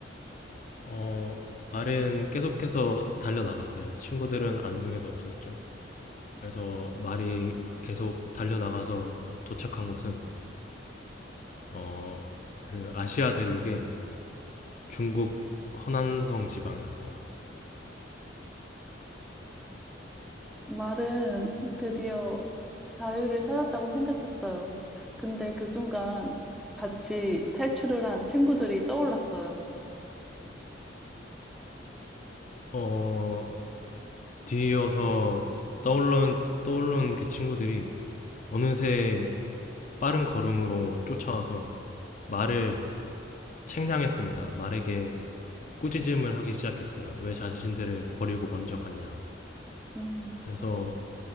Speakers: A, on the left; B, in the centre.
A: 어, 말은 계속해서 달려나갔어요. 친구들은 안중에도 없었죠. 그래서 말이 계속 달려나가서 도착한 곳은 어, 그 아시아 대륙의 중국 허난성 지방이었어요.
B: 말은 드디어 자유를 찾았다고 생각했어요. 근데 그 순간 같이 탈출을 한 친구들이 떠올랐어요.
A: 어, 뒤이어서 떠올른 떠올른 그 친구들이 어느새 빠른 걸음으로 쫓아와서 말을 책량했습니다. 말에게 꾸짖음을 하기 시작했어요. 왜 자신들을 버리고 먼저 갔냐.
B: 음,
A: 그래서